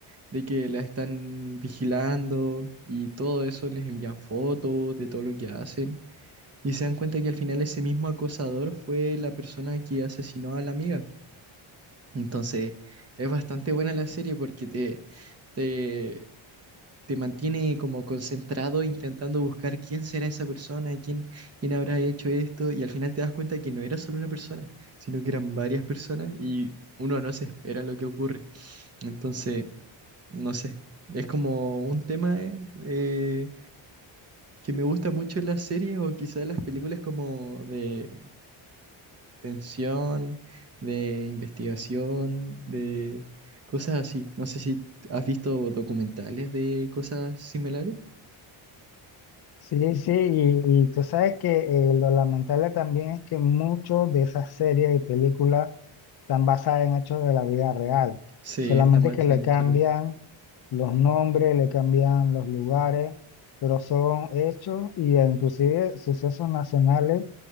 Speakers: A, on the right; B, on the left.
A: de que la están vigilando y todo eso les envían fotos de todo lo que hacen. Y se dan cuenta que al final ese mismo acosador fue la persona que asesinó a la amiga. Entonces, es bastante buena la serie porque te, te, te mantiene como concentrado intentando buscar quién será esa persona, quién, quién habrá hecho esto, y al final te das cuenta que no era solo una persona, sino que eran varias personas y uno no se espera lo que ocurre. Entonces, no sé, es como un tema eh, eh, que me gusta mucho en las series o quizás en las películas como de, pensión, de investigación, de cosas así. No sé si has visto documentales de cosas similares.
B: Sí, sí, y, y tú sabes que eh, lo lamentable también es que muchos de esas series y películas están basadas en hechos de la vida real,
A: Sí,
B: solamente
A: están basadas
B: que le
A: en
B: cambian
A: hechos reales.
B: los nombres, le cambian los lugares, pero son hechos y eh, inclusive sucesos nacionales